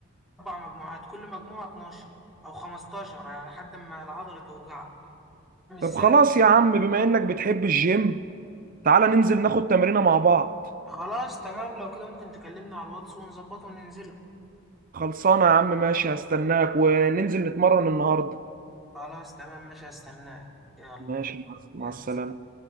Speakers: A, in the centre; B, on the right.
A: أربع مجموعات كل مجموعة 12 أو 15 يعني لحد ما العضلة توجعك مش
B: طب
A: زي
B: خلاص يا عم بما انك بتحب الجيم تعالى ننزل ناخد تمرينة مع بعض
A: خلاص تمام لو كده ممكن تكلمنا على الواتس ونظبطه وننزله
B: خلصانة يا عم ماشي هستناك وننزل نتمرن النهاردة
A: خلاص تمام ماشي هستناك يلا
B: ماشي مع مع
A: يلا
B: السلامة